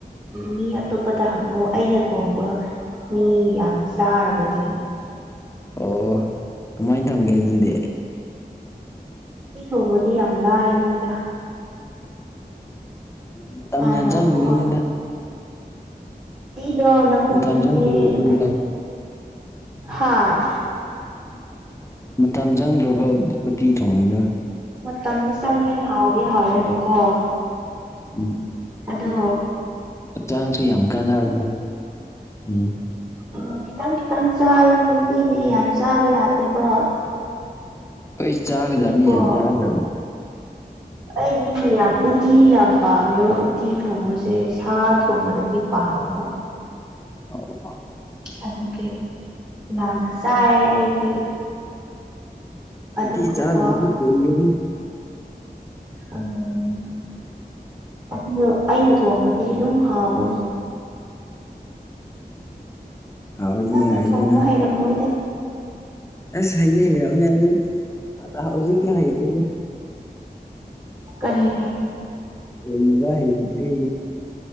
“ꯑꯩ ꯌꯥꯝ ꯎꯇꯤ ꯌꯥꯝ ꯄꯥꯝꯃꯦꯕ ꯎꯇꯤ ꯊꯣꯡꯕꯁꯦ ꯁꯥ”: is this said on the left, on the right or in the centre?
Right